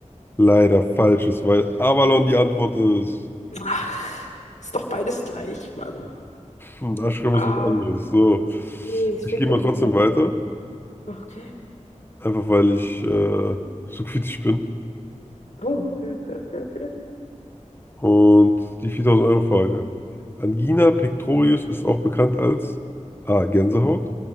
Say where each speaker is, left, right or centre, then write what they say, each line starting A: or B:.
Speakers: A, on the left; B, on the left.
A: leider falsch ist, weil Avalon die Antwort ist.
B: Ach, ist doch beides gleich, Mann.
A: Und Ashram
B: Ah,
A: ist was anderes. So.
B: nee, das
A: Ich
B: fängt
A: gehe mal
B: doch
A: trotzdem
B: mit dem gleichen.
A: weiter.
B: Okay.
A: Einfach weil ich äh, so kritisch bin.
B: Oh, okay, okay, okay, okay.
A: Und die viertausend euro frage Angina pectoris ist auch bekannt als A. Gänsehaut,